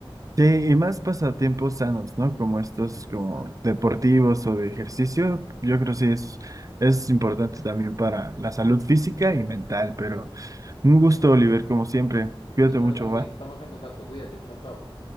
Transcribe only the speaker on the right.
Sí, y más pasatiempos sanos, ¿no? Como estos,
como deportivos o de ejercicio, yo creo que sí es, es importante también para la salud física y mental, pero un gusto, Oliver, como siempre. Cuídate
mucho,
¿va?